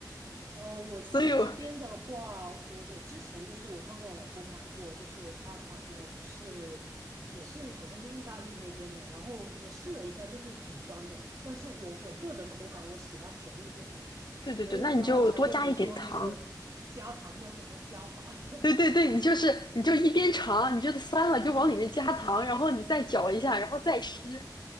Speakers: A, on the right; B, on the left.
A: 哦，我我这边的话，
B: 所以我
A: 我我之前就是我看过我老公买过，就是他买了是也是好像是意大利那边的，然后我试了一下，就是挺酸的，但是我我个人口感我喜欢甜一点的，
B: 对对对，
A: 所以我刚刚才问你说那个
B: 那你就多加一点糖。
A: <laughs> 加糖要怎么加法，对，
B: 对对对，你就是你就一边尝，你觉得酸了就往里面加糖，
A: <laughs> 嗯
B: 然后你再搅一下，
A: 嗯
B: 然后再吃。